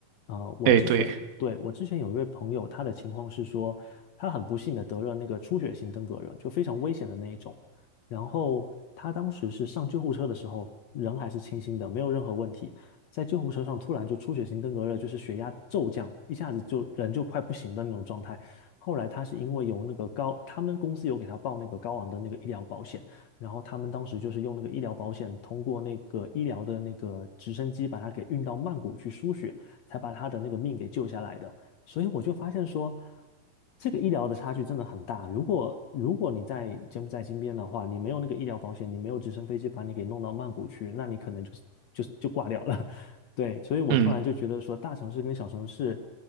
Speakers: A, on the left; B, on the right.
A: 呃，我之前对我之前有一位朋友，
B: 哎，对，
A: 他的情况是说，他很不幸的得了那个出血性登革热，就非常危险的那一种。然后他当时是上救护车的时候，人还是清醒的，没有任何问题。在救护车上突然就出血性登革热，就是血压骤降，一下子就人就快不行的那种状态。后来他是因为有那个高，他们公司有给他报那个高昂的那个医疗保险，然后他们当时就是用那个医疗保险，通过那个医疗的那个直升机把他给运到曼谷去输血，才把他的那个命给救下来的。所以我就发现说，这个医疗的差距真的很大。如果如果你在柬埔寨金边的话，你没有那个医疗保险，你没有直升飞机把你给弄到曼谷去，那你可能就是就就挂掉了。<laughs> 对，所以我突然就觉得说，
B: 嗯。
A: 大城市跟小城市